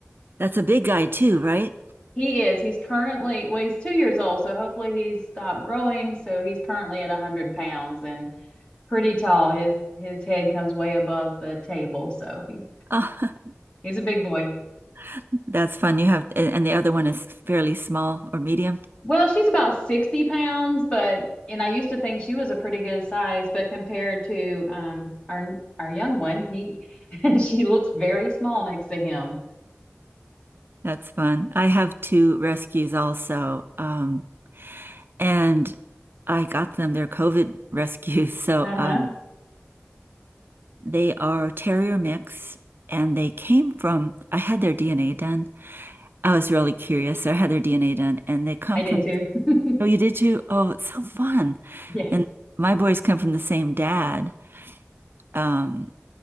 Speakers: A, on the right; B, on the left.
A: That's a big guy too, right?
B: He is. He's currently, well, he's two years old, so hopefully he's stopped growing. So he's currently at 100 pounds and pretty tall. His his head comes way above the table, so he's
A: Oh,
B: he's a big boy.
A: <laughs> that's fun. You have, and and the other one is fairly small or medium.
B: Well, she's about 60 pounds, but and I used to think she was a pretty good size, but compared to um our our young one, he <laughs> she looks very small next to him.
A: That's fun. I have two rescues also. Um, and I got them, they're COVID rescues. <laughs> So,
B: Uh-huh.
A: um, they are terrier mix and they came from, I had their DNA done I was really curious. So I had their DNA done, and they come
B: I did
A: from.
B: too. <laughs>
A: Oh, you did too? Oh, it's so fun.
B: Yes.
A: And my boys come from the same dad, um,